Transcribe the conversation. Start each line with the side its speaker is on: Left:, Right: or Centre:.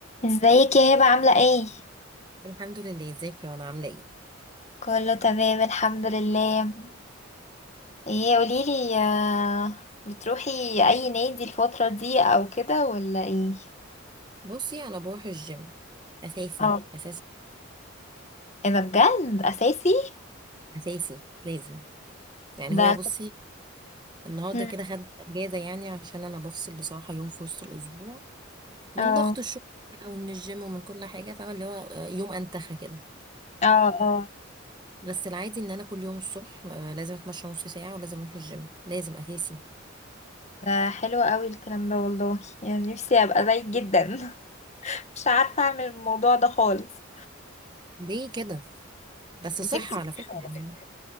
Left: ازيك يا هبة عاملة ايه؟
Right: الحمد لله ازيك يا انا عامله ايه
Left: كله تمام الحمد لله ايه قوليلي آه، بتروحي اي نادي الفترة دي او كده ولا ايه؟
Right: بصي انا بروح الجيم اساسي
Left: اه
Right: اساسي
Left: ايه ده بجد اساسي؟
Right: اساسي لازم يعني
Left: ده
Right: هو بصي النهارده
Left: مم.
Right: كده خدت اجازه يعني عشان انا بفصل بصراحه يوم في وسط الاسبوع من
Left: اه
Right: ضغط الشغل او من الجيم ومن كل حاجه فاهمه اللي هو آه، يوم انتخى كده
Left: اه اه
Right: بس العادي ان انا كل يوم الصبح آه، لازم اتمشى نص ساعه ولازم اروح الجيم لازم اساسي
Left: ده حلو قوي الكلام ده والله يعني نفسي ابقى زيك جدا <laughs> مش عارفة اعمل الموضوع ده خالص
Right: ليه كده بس صحه
Left: انتي بتروحي
Right: على فكره
Left: على
Right: يعني.
Left: فكرة.